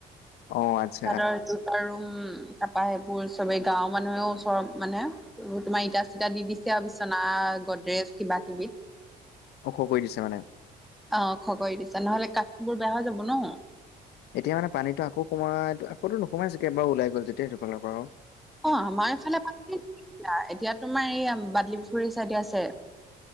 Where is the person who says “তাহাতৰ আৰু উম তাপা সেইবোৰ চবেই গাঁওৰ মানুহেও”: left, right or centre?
Centre